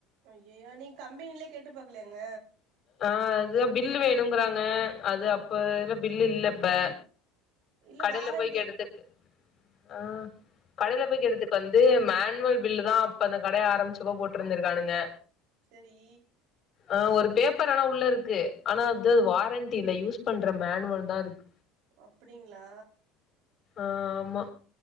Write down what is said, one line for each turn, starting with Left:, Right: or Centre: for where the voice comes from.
Right: ஐயயோ நீங் கம்பெனிலே கேட்டு பாக்கலியாங்க
Left: ஆ அதுதா பில்லு வேணுங்கறாங்க அது அப்பல பில் இல்ல இப்ப
Right: இல்ல
Left: கடைல
Right: வாரண்டி
Left: போய் கேட்டத்துக்கு ஆ கடைல போய் கேட்டத்துக்கு வந்து மேனுவல் பில்லு தா அப்ப அந்த கடைய ஆரம்ச்சப்ப போட்ருந்திருக்கானுங்க.
Right: செரி.
Left: ஆ ஒரு பேப்பர் ஆனா உள்ள இருக்கு ஆனா அத்தா அது வாரண்டி இல்ல யூஸ் பண்ற மேனுவல் தாருக்
Right: ஒ அப்டிங்ளா?
Left: ஆ ஆமா.